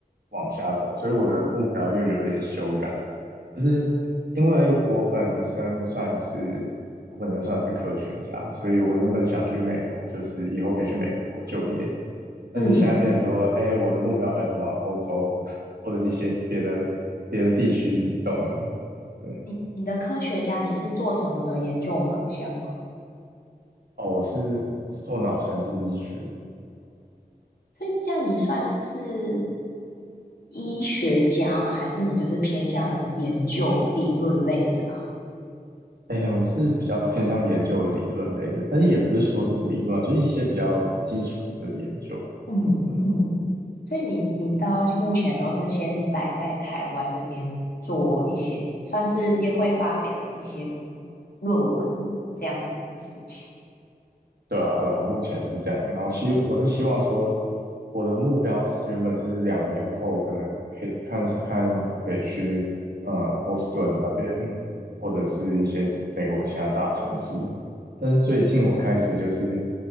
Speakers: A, on the right (about 80°); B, on the left (about 70°).
A: 往下走，所以我的目标又有点修改。就是因为我本身算是我本身算是科学家，所以我原本想去美国，就是以后可以去美国就业。但是现在变成说，
B: 嗯，
A: 哎，我的目标开始往欧洲或或者一些别的别的地区移动了对，
B: 你你的科学家你是做什么的研究方向啊？
A: 哦，我是我是做脑神经医学的，
B: 所以这样你算是医学家吗？还是你就是偏向研究理论类的啊
A: 哎，我们是比较偏向研究理论类的，但是也不是说是理论，就是一些比较基础的研究。
B: 嗯嗯。
A: 对，
B: 所以你你到目前都是先待在台湾这边做一些，算是也会发表一些论文这样子的事情。
A: 对啊，对啊，目前是这样。然后希我是希望说，我的目标是原本是两年后可能可以看是看可不可以去呃波士顿那边，或者是一些美国其他大城市。但是最近我开始就是